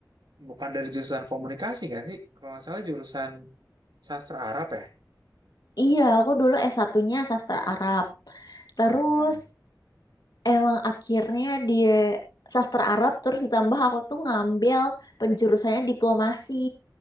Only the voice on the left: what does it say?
Iya, aku dulu s satunya sastra Arab. Terus
emang akhirnya di sastra Arab terus ditambah aku tuh ngambil penjurusannya diplomasi.